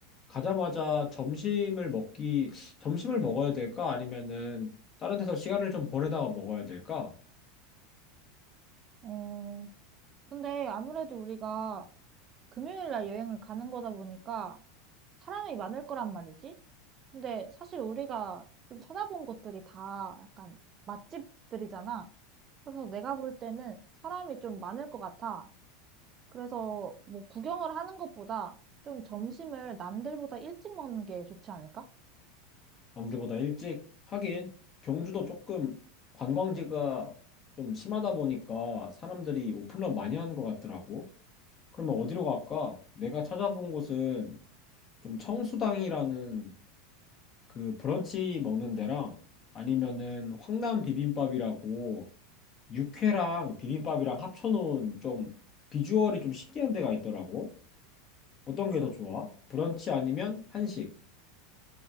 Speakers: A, on the left (about 35°); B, on the right (about 35°).
A: 가자마자 점심을 먹기, 점심을 먹어야 될까? 아니면은 다른 데서 시간을 좀 보내다가 먹어야 될까?
B: 어, 근데 아무래도 우리가 금요일 날 여행을 가는 거다 보니까 사람이 많을 거란 말이지. 근데 사실 우리가 좀 찾아본 곳들이 다 약간 맛집들이잖아. 그래서 내가 볼 때는 사람이 좀 많을 것 같아. 그래서 뭐 구경을 하는 것보다 좀 점심을 남들보다 일찍 먹는 게 좋지 않을까?
A: 남들보다 일찍 하긴 경주도 조금 관광지가 좀 심하다 보니까 사람들이 오픈런 많이 하는 것 같더라고. 그러면 어디로 갈까? 내가 찾아본 곳은 좀 청수당이라는 그 브런치 먹는 데랑 아니면은 황남 비빔밥이라고 육회랑 비빔밥이랑 합쳐놓은 좀 비주얼이 좀 신기한 데가 있더라고. 어떤 게 더 좋아? 브런치 아니면 한식?